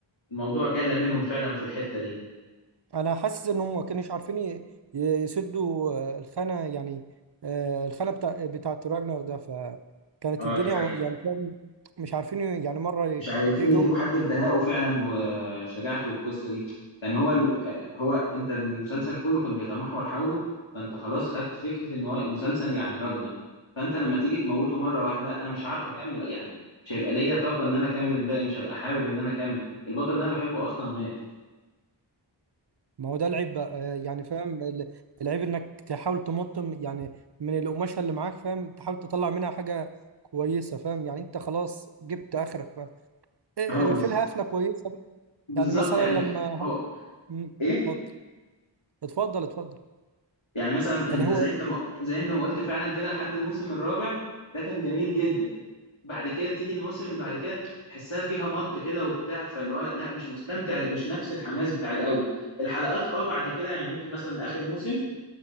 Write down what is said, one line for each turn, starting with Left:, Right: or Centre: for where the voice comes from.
Left: الموضوع جل منهم فعلا في الحتة دي
Right: انا حاسس ان هم ما كانوش عارفين ي- ي- يسدوا آه، الخانة يعني آه، الخانة بتاع بتاعت راجنر ده فكانت
Left: اه
Right: الدنيا
Left: دي حقيقة
Right: يعني فاهم، مش عارفين يعني مرة ي-
Left: مش عارفين
Right: يجوا
Left: يجيبوا حد في دهائه فعلا وشجاعته والقصة دي كان هو ال... ك- هو انت المسلسل كله كان بيتمحور حوله فانت خلاص خدت فكرة ان هو المسلسل يعني راجنر فانت لما تيجي تموته مرة واحدة انا مش عارف اكمل يعني مش هيبقى ليا طاقة ان انا اكمل الباقي مش هبقى حابب ان انا اكمل البطل اللي انا بحبه اصلا مات
Right: ما هو ده العيب بقى آه، يعني فاهم ال- العيب انك تحاول تمط م- يعني من القماشه اللي معاك فاهم تحاول تطلع منها حاجه كويسه فاهم يعني انت خلاص جبت اخرك بقى آه،
Left: اه بالظ-
Right: آه، في الهفله كويسه بقى
Left: بالظبط
Right: يعني مثلا
Left: يعني
Right: لما هو
Left: هو
Right: مم،
Left: ايه
Right: اتفضل اتفضل اتفضل
Left: يعني مثلا
Right: يعني
Left: انت
Right: هو
Left: زي انت ما زي انت ما قلت فعلا كده لحد الموسم الرابع ده كان جميل جدا بعد كده تيجي الموسم اللي بعد كده تحسها فيها مط كده وبتاع فاللي هو لا مش مستمتع مش نفس الحماس بتاع الاول الحلقات اه بعد كده يعني ممكن مثلا اخر موسم